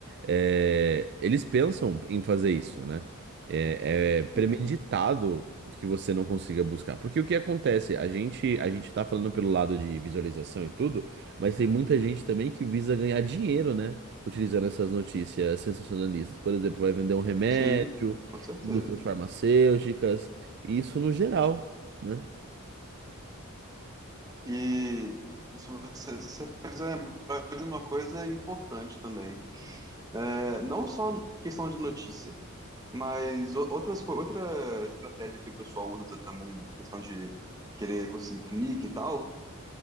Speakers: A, on the right; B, on the right.
A: é, eles pensam em fazer isso, né? É, é premeditado
B: Uhum.
A: que você não consiga buscar. Porque o que acontece? A gente, a gente tá falando pelo lado de visualização e tudo, mas tem muita gente também que visa ganhar dinheiro, né? Utilizando essas notícias sensacionalistas. Por exemplo, vai vender um remédio,
B: Sim, com certeza.
A: indústrias farmacêuticas, e isso no geral, né?
B: E isso você, você fez eu lembrar de uma coisa importante também. É, não só questão de notícia, mas o- outras, co- outra estratégia que o pessoal usa também, questão de querer conseguir clique e tal.